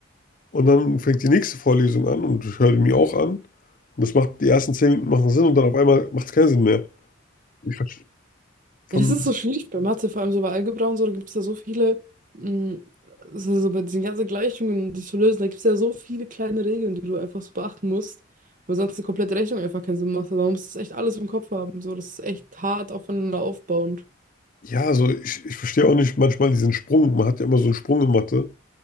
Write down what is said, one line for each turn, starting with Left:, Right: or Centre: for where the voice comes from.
Left: und dann fängt die nächste Vorlesung an und ich höre die mir auch an und das macht, die ersten zehn Minuten machen Sinn und dann auf einmal macht es keinen Sinn mehr. Ich verstehe von,
Right: Ja, das ist so schwierig bei Mathe, vor allem so bei Algebra und so, da gibt es ja so viele, hm, so, so bei diesen ganzen Gleichungen, die zu lösen, da gibt es ja so viele kleine Regeln, die du einfach so beachten musst, weil sonst eine komplette Rechnung einfach keinen Sinn macht. Also man muss das echt alles im Kopf haben. So, das ist echt hart aufeinander aufbauend.
Left: ja, also ich, ich verstehe auch nicht manchmal diesen Sprung. Man hat ja immer so einen Sprung in Mathe,